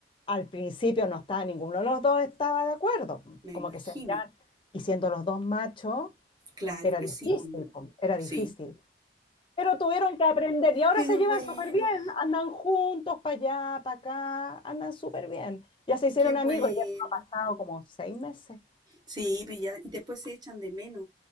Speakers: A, on the left; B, on the right.
A: al principio no estaba, ninguno de los dos estaba de acuerdo,
B: me
A: como
B: imagino.
A: que se miraban. Y siendo los dos machos,
B: Claro
A: era
B: que
A: difícil,
B: sí, mm,
A: po, era difícil.
B: sí.
A: Pero tuvieron que aprender y ahora
B: Pero
A: se llevan
B: bueno.
A: súper bien, andan juntos para allá, para acá, andan súper bien. Ya se hicieron
B: Qué bueno.
A: amigos, ya han pasado como seis meses,
B: Sí, pues ya- y después se echan de menos.